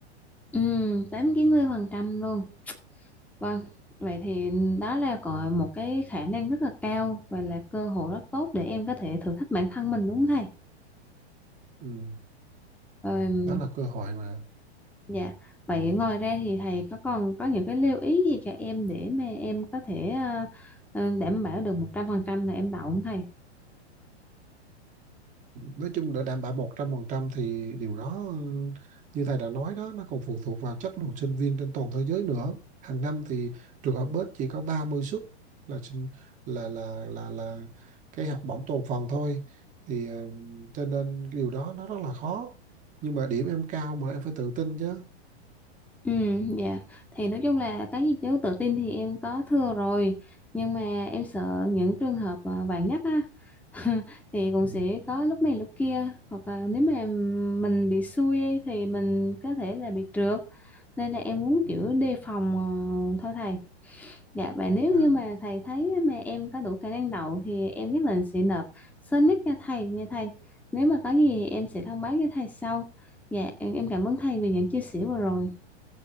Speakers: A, in the centre; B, on the right.
A: ừ, tám chín mươi phần trăm luôn. Vâng, vậy thì đó là có một cái khả năng rất là cao và là cơ hội rất tốt để em có thể thử thách bản thân mình đúng không thầy?
B: ừ.
A: Rồi
B: đó là cơ hội mà
A: Dạ, vậy ngoài ra thì thầy có còn có những cái lưu ý gì cho em để mà em có thể ờ, ờ, đảm bảo được 100% là em đậu không thầy?
B: nói chung để đảm bảo 100% thì điều đó ừ, như thầy đã nói đó nó còn phụ thuộc vào chất lượng sinh viên trên toàn thế giới nữa hàng năm thì trường học bếp chỉ có 30 suất là sinh là là là là cái học bổng toàn phần thôi thì ờ, cho nên cái điều đó nó rất là khó nhưng mà điểm em cao mà em phải tự tin chứ
A: Ừ, dạ, thì nói chung là cái gì chứ tự tin thì em có thưa rồi, nhưng mà em sợ những trường hợp ờ, vạn nhất á, <laughs> thì cũng
B: ừ.
A: sẽ có lúc này lúc kia, hoặc là nếu mà mình bị xui ấy, thì mình có thể là bị trượt, nên là em muốn
B: Ừ.
A: kiểu đề phòng ờ, thôi thầy. Dạ và nếu
B: À,
A: như mà thầy thấy mà em có đủ khả năng đậu thì em nhất định sẽ nộp sớm nhất cho thầy nha thầy. Nếu mà có gì thì em sẽ thông báo cho thầy sau. Dạ em em cảm ơn thầy vì những chia sẻ vừa rồi.